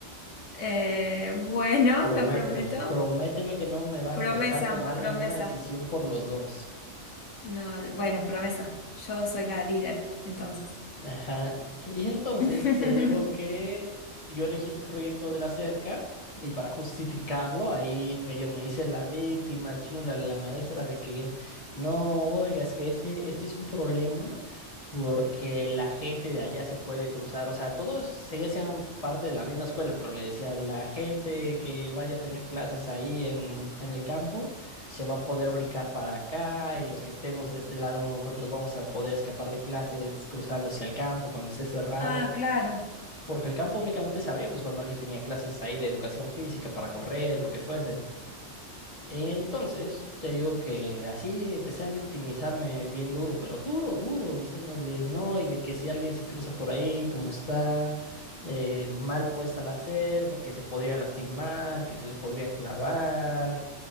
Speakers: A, on the left; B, on the left.
A: Eh, bueno,
B: Prométemelo,
A: lo prometo.
B: prométeme que no me vas
A: Promesa,
B: a dejar tomar
A: promesa.
B: ninguna decisión por los dos.
A: No, bueno, promesa. Yo soy la líder, entonces.
B: Ajá. Y entonces
A: <laughs>
B: te digo que yo elegí este proyecto de la cerca y para justificarlo ahí medio me hice la víctima diciéndole a la maestra de que no, oiga, es que este, este es un problema porque la gente de allá se puede cruzar, o sea, todos seguían siendo parte de la misma escuela, pero le decía la gente que vaya a tener clases ahí en, en el campo se va a poder brincar para acá y los que estemos de este lado bueno, nos vamos a poder escapar de clases cruzando hacia el campo cuando esté cerrado,
A: Ah, claro.
B: porque el campo únicamente se abría pues cuando alguien tenía clases ahí de educación física para correr, lo que fuese. Entonces, te digo que así empecé a victimizarme bien duro, pero duro, duro, diciéndole no y de que si alguien se cruza por ahí, como está eh, mal puesta la cerca, que se podría lastimar, que se le podría clavar,